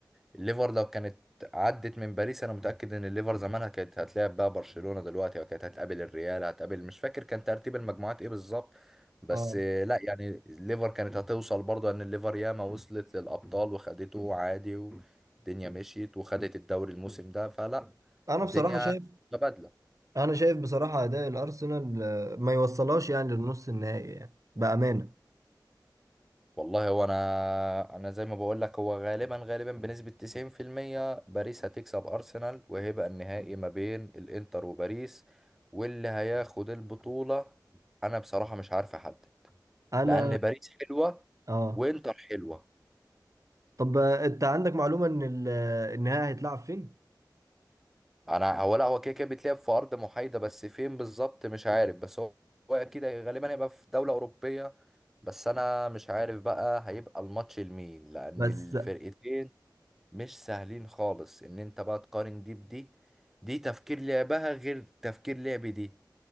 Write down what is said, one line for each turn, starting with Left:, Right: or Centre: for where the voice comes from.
Centre: الليفر لو كانت عدت من باريس انا متأكد ان الليفر زمانها كانت هتلاعب بقى برشلونة دلوقتي او كانت هتقابل الريال هتقابل مش فاكر كان ترتيب المجموعات ايه بالظبط بس
Right: اه
Centre: لا يعني الليفر كانت هتوصل برضه ان الليفر ياما وصلت للابطال وخدته عادي والدنيا مشيت وخدت الدوري الموسم ده فلا
Right: انا
Centre: الدنيا
Right: بصراحة شايف
Centre: متبادلة
Right: انا شايف بصراحه اداء الارسنال آه، ما يوصلهاش يعني للنص النهائي يعني بامانه
Centre: والله هو انا انا زي ما بقول لك هو غالبا غالبا بنسبة 90% باريس هتكسب ارسنال وهيبقى النهائي ما بين الانتر وباريس واللي هياخد البطولة انا بصراحة مش عارف احدد
Right: انا
Centre: لان مم. باريس حلوة
Right: اه
Centre: وانتر حلوة
Right: طب آه، انت عندك معلومه ان ال- آه، النهائي هيتلعب فين
Centre: انا هو لا هو كده كده بيتلعب في ارض محايدة بس فين بالظبط مش عارف بس هو هو اكيد غالبا هيبقى في دولة اوروبية بس انا مش عارف بقى هيبقى الماتش لمين لان
Right: بس
Centre: الفرقتين مش سهلين خالص ان انت بقى تقارن دي بدي دي تفكير لعبها غير تفكير لعب دي